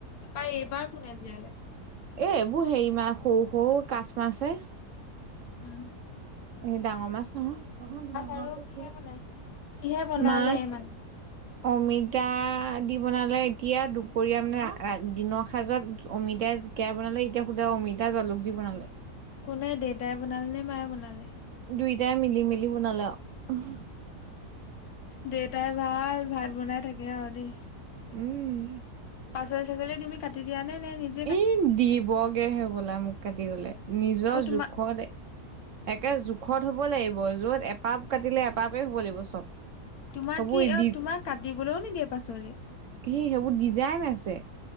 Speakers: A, on the left; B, on the right.
A: পাই এইবাৰ কোনে জিয়ালে?
B: এ এইবোৰ হেৰি মাছ সৰু সৰু কাঠ মাছ হে।
A: উম।
B: এ ডাঙৰ মাছ নহয়,
A: আৰু কিহে বনাইছে? কিহে বনালে
B: মাছ।
A: মানে?
B: <inaudible> অমিতা দি বনালে এতিয়া দুপৰীয়া মানে দিনৰ সাঁজত অমিতা- বনালে এতিয়া সুধা অমিতা জালুক দি বনালে।
A: কোনে দেউতাই বনালে নে মায়ে বনালে?
B: দুইটাই মিলি মেলি বনালে আৰু। অহ।
A: দেউতাই ভাল ভাত বনাই থাকে আৰু দেই।
B: উম।
A: পাচলি চাচলি তুমি কাটি দিয়া নে নে নিজ
B: এই দিবগে হবলা মোক কাটিবলৈ নিজৰ
A: অ তোমাক
B: জোখতে - একে জোখত হব লাগিব যত এপাপ কাটিলে এপাপেই হব লাগিব চব।
A: তোমাক
B: হ'ব
A: কি
B: দি
A: অ' তোমাক কাটিবলৈও নিদিয়ে পাচলি?
B: সে সেইবোৰ ডিজাইন আছে।